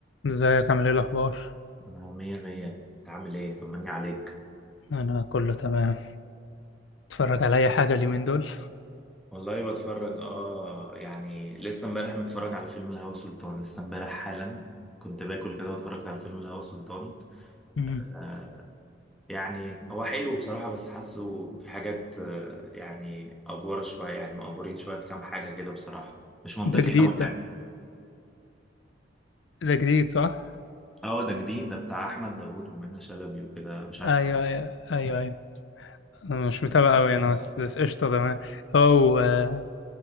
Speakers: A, on the left; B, in the centre.
A: ازيك عامل ايه الاخبار
B: أنا مية مية أنت عامل إيه؟ طمني عليك
A: انا كله تمام اتفرج على اي حاجه اليومين دول
B: والله بتفرج آه يعني لسه امبارح متفرج على فيلم الهوى سلطان لسه امبارح حالا كنت باكل كده واتفرجت على فيلم الهوى سلطان
A: مم.
B: آه، يعني هو حلو بصراحة بس حاسه في حاجات آه، يعني أفورة شوية يعني مأفورين شوية في كام حاجة كده بصراحة مش منطقي
A: ده جديد
B: أوي
A: ده
B: يعني
A: ده جديد صح
B: اه ده جديد ده بتاع أحمد داوود ومنة شلبي وكده مش عارف
A: ايوه ايوه ايوه ايوه انا مش متابع قوي انا بس بس قشطه تمام هو آه،